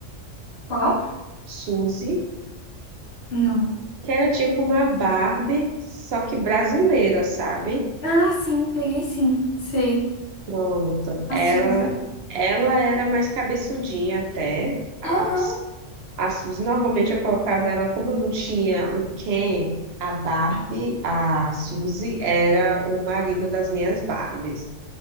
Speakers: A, on the left; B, on the right.
A: Qual?
B: Suzy,
A: Não.
B: que era tipo uma Barbie, só que brasileira, sabe?
A: Ah, sim, peguei sim. Sei.
B: Pronto.
A: A
B: Ela,
A: Suzy.
B: ela era mais cabeçudinha até. as
A: Aham.
B: as Suzy, normalmente eu colocava ela, como eu não tinha o Ken, a Barbie, a Suzy era o marido das minhas Barbies,